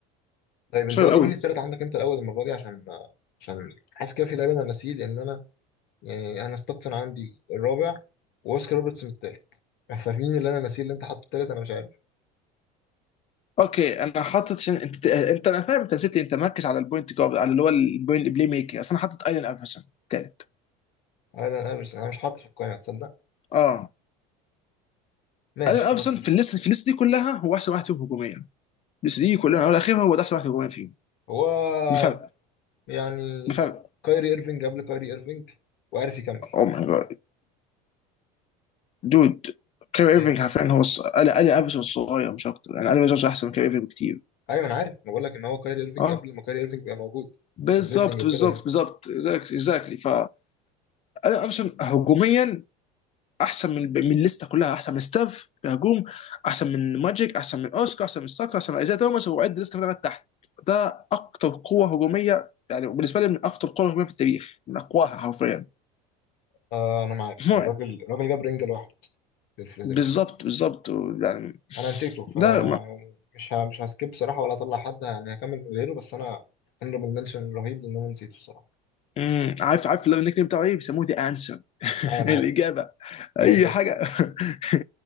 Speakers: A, on the left; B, on the left.
A: طيب انت
B: صعب
A: قول
B: قوي
A: لي مين التالت عندك انت الاول المره دي عشان عشان حاسس كده في لعيبه انا ناسيه لان انا يعني انا ستوكتون عندي الرابع واوسكار روبرتسون التالت فمين اللي انا ناسيه اللي انت حاطه التالت انا مش عارف
B: اوكي انا حاطط عشان انت انت انا فاهم انت نسيت انت مركز على البوينت جارد على اللي هو البوينت بلاي ميكر اصل انا حاطط ايلان افرسون ثالث
A: انا انا مش أنا مش حاطه في القائمه تصدق
B: اه
A: ماشي
B: ايلان افرسون
A: خلاص ماشي
B: في الليست في الليست دي كلها هو احسن واحد فيهم هجوميا الليست دي كلها هو الاخير هو ده احسن واحد هجوميا فيهم
A: هو
B: بفرق
A: يعني
B: بفرق
A: كايري ايرفينج قبل كايري ايرفينج وعارف يكمل
B: او ماي جاد دود كير ايرفينج
A: ايه
B: حرفيا هو الص- قال قال ابسط الصغير مش اكتر يعني قال ابسط احسن من كير ايرفينج بكتير
A: ايوه انا عارف انا بقول لك ان هو كايري ايرفينج
B: اه
A: قبل ما كايري ايرفينج يبقى موجود
B: بالظبط
A: كدريبلينج وكده
B: بالظبط
A: يعني
B: بالظبط اكزاكتلي ف انا ابسط هجوميا احسن من من الليسته كلها احسن من ستاف كهجوم احسن من ماجيك احسن من اوسكار احسن من ستاكس احسن من ايزاي توماس وعد الليسته كلها تحت ده اكتر قوه هجوميه يعني بالنسبه لي من اكتر قوه هجوميه في التاريخ من اقواها حرفيا
A: آه انا معاك
B: <laughs>
A: يعني
B: مرعب
A: الراجل الراجل جاب رينجا لوحده للفيلادلفيا
B: بالظبط بالظبط يعني
A: انا نسيته ف
B: لا
A: يعني مش ه... مش هسكيب بصراحه ولا اطلع حد يعني هكمل من غيره بس انا هنربل منشن رهيب لان انا نسيته الصراحه
B: امم عارف عارف اللي النيك نيم بتاعه ايه بيسموه ذا انسر <laughs>
A: اه
B: الاجابه
A: انا عارف جامد
B: اي
A: فشخ
B: حاجه <laughs>